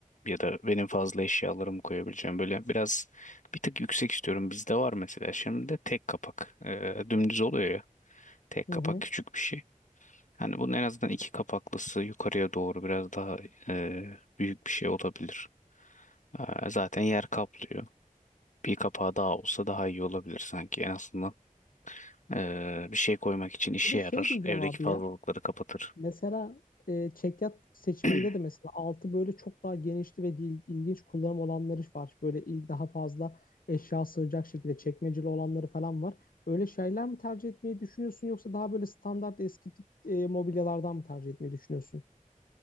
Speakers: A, on the left; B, on the left.
A: ya da benim fazla eşyalarımı koyabileceğim böyle biraz bir tık yüksek istiyorum. Bizde var mesela şimdi de tek kapak Ee, dümdüz oluyor ya tek
B: Hı
A: kapak
B: hı.
A: küçük bir şey. Hani bunun en azından iki kapaklısı yukarıya doğru biraz daha e, büyük bir şey olabilir. Ee, zaten yer kaplıyor. Bir kapağı daha olsa daha iyi olabilir sanki. En azından eee, bir şey koymak için işe
B: Bir de
A: yarar.
B: şey diyeceğim
A: Evdeki
B: abi
A: fazlalıkları
B: ya.
A: kapatır.
B: Mesela e, çekyat seçiminde
A: <clears throat>
B: de mesela altı böyle çok daha genişli ve dil- ilginç kullanım olanları var. Böyle il daha fazla eşya sığacak şekilde çekmeceli olanları falan var. Öyle şeyler mi tercih etmeyi düşünüyorsun yoksa daha böyle standart eski tip e, mobilyalardan mı tercih etmeyi düşünüyorsun?